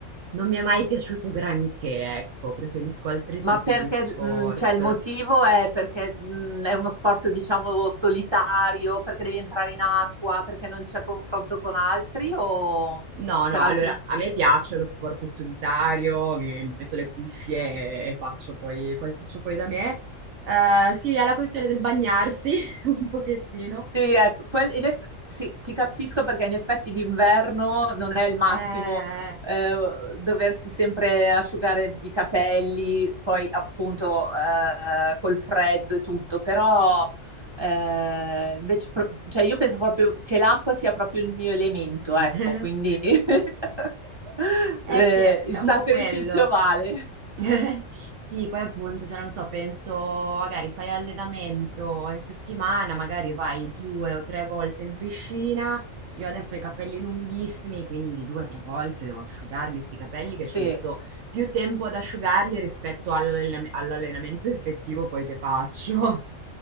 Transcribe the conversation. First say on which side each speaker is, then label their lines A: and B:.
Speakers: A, on the right; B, on the right.
A: non mi è mai piaciuto granché, ecco, preferisco altri
B: ma
A: tipi
B: perché,
A: di sport.
B: mh, cioè il motivo è perché mh, è uno sport, diciamo, solitario, perché devi entrare in acqua, perché non c'è confronto con altri o
A: No,
B: per
A: no,
B: altri
A: allora
B: motivi?
A: a me piace lo sport solitario, mi, mi metto le cuffie e, e faccio poi, poi- faccio poi da me. Eh, sì, alla questione del bagnarsi <laughs> un pochettino.
B: Sì, ecco, quel- in eff- sì, ti capisco perché in effetti d'inverno non è il massimo
A: Eh,
B: eh, doversi sempre asciugare i capelli, poi appunto eh, col freddo e tutto, però eh, invece, pro- cioè io penso proprio che l'acqua sia proprio il mio elemento,
A: <laughs>
B: ecco, quindi <laughs>
A: Eh
B: eh,
A: sì, è
B: il
A: è
B: sacrificio
A: un po' quello.
B: vale.
A: <laughs> Sì, poi appunto, cioè non so, penso magari fai allenamento in settimana, magari vai due o tre volte in piscina. Io adesso ho i capelli lunghissimi, quindi due o tre volte devo asciugarmi sti capelli che
B: Sì,
A: ci metto più tempo ad asciugarli rispetto all'allenam- all'allenamento effettivo poi che faccio. <laughs>